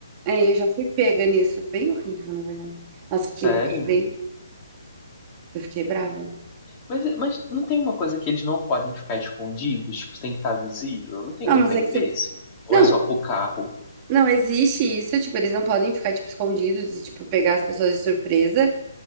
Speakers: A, on the right (about 25°); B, on the left (about 25°).
A: É, eu já fui pega nisso. Bem horrível, na verdade. Nossa,
B: Sério?
A: fiquei bem Eu fiquei brava.
B: Mas, mas não tem uma coisa que eles não podem ficar escondidos? Tipo, tem que estar visível? Não tem
A: Não,
B: um
A: mas
B: trem
A: é que você.
B: desse? Ou
A: Não,
B: é só pro carro?
A: não existe isso. Tipo, eles não podem ficar, tipo, escondidos e, tipo, pegar as pessoas de surpresa.